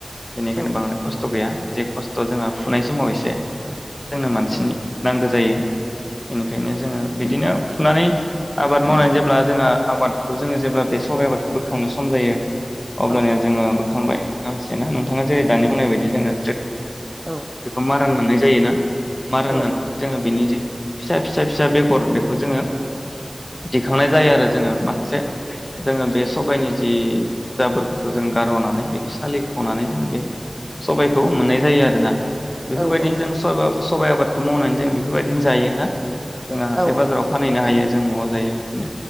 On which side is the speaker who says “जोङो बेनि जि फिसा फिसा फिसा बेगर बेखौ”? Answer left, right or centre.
Left